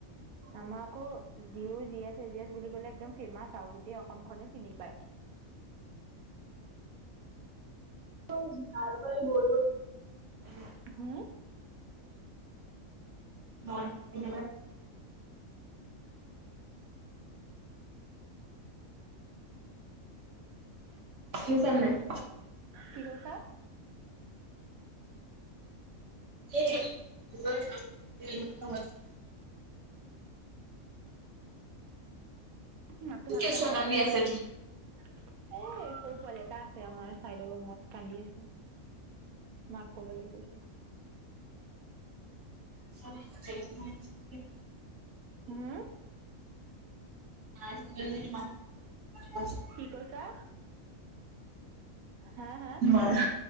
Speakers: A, on the right; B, on the right.
A: আমাৰ আকৌ জি উৰ জি এছ এ জি এছ বুলি ক'লে একদম ফেমাচ আৰু গোটেই অসম খনে চিনি পায়।
B: তাৰ পৰাই বৈ গল।
A: হম?
B: <unintelligible> ফিউচাৰ নাই।
A: কি কৈছা?
B: <unintelligible>
A: মাতটো ভালকে
B: কেঁচুৱা
A: আহা নাই,
B: কান্দি
A: কি কৈছা?
B: আছে
A: এ সৰু পোৱালি এটা আছে আমাৰ চাইদৰ ৰুমত কান্দি আছে। মাক ক'বালৈ গৈছে।
B: <unintelligible>
A: হুম?
B: <unintelligible>
A: কি কৈছা? হা হা?
B: মাৰ